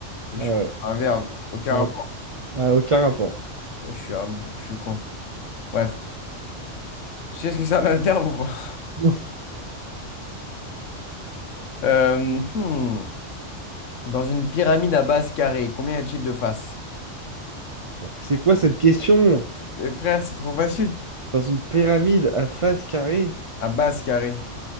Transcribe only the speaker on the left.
Je suis
con. C'est un verbe. Aucun
rapport.
Je suis un... je suis con. Bref. Tu sais ce que c'est un adverbe ou pas?
Euh, hmm. Dans une pyramide à base carrée, combien y a-t-il de faces?
Mais frère, c'est trop facile.
À base carrée.